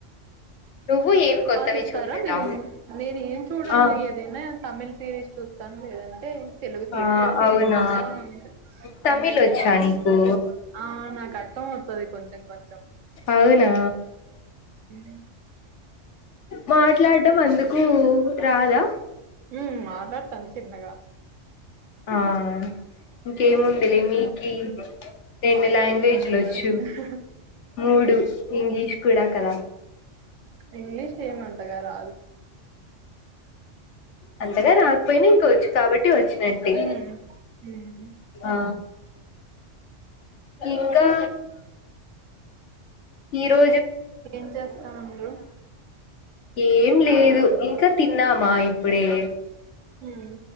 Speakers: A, on the left; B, on the right.
A: నువ్వు ఏం కొత్తవి
B: బా చూస్తారా
A: చూడలేదా
B: మీరు నేను ఏం చూడను
A: ఆ
B: ఏదైనా తమిళ్ సిరీస్ చూస్తాను లేదంటే తెలుగు సిరి
A: ఆ
B: వెబ్ సిరీస్
A: అవునా
B: చూస్తాను
A: తమిళ్
B: ఉమ్
A: వచ్చా నీకు
B: ఆ నాకు అర్థం అవుతది కొంచెం కొంచెం
A: అవునా
B: ఉమ్
A: మాట్లాడడం అందుకు రాదా
B: ఉమ్ మాట్లాడతాను చిన్నగా
A: ఆ ఇంకేముందిలే మీకి బ్ర రెండు లాంగ్వేజ్
B: ఉమ్
A: లు వచ్చు మూడు ఇంగ్లిష్ కూడా కదా
B: ఇంగ్లీష్ ఏమంతగా రాదు
A: అంతగా రాకపోయినా ఇంక వచ్చు కాబట్టి టి వచ్చినట్టు
B: ఉమ్ ఉమ్
A: ఆ ఇంకా ఈరో
B: ఏం చేస్తా ఉండు
A: ఏం లేదు ఇంకా తిన్నామా ఇప్పుడే
B: ఉమ్